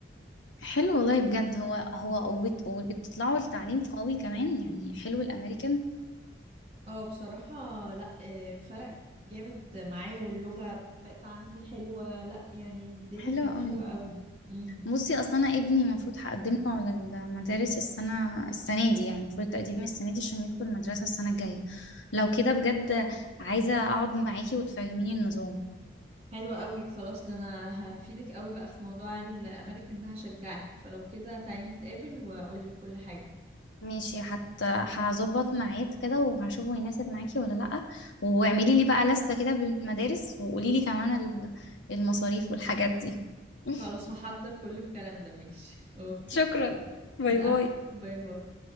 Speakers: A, on the left; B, on the right.
A: حلو والله بجد هو هو قوت وبتطلعوا لتعليم قوي كمان يعني حلو الامريكان
B: اه بصراحة لا آه، فرق جامد معايا واللغة بقت عندي حلوة لا يعني الدنيا
A: حلو
B: كانت
A: قوي
B: حلوة قوي مم.
A: بصي اصلا انا ابني المفروض هقدم له على المدارس السنه السنه دي يعني المفروض تقديم السنه دي عشان يدخل المدرسه السنه الجايه لو كده بجد عايزه اقعد معاكي وتفهميني النظام
B: حلو قوي خلاص ده انا هفيدك قوي بقى في موضوع الامريكان ده هشجعك فلو كده تعالي نتقابل واقول لك كل حاجة
A: ماشي حتى هظبط ميعاد كده وهشوفه يناسب معاكي ولا لأ واعملي لي بقى لستة كده بالمدارس وقولي لي كمان ال- المصاريف والحاجات دي <laughs>
B: خلاص هحضر كل الكلام ده ماشي اوكي
A: شكرا باي
B: العفو
A: باي
B: باي باي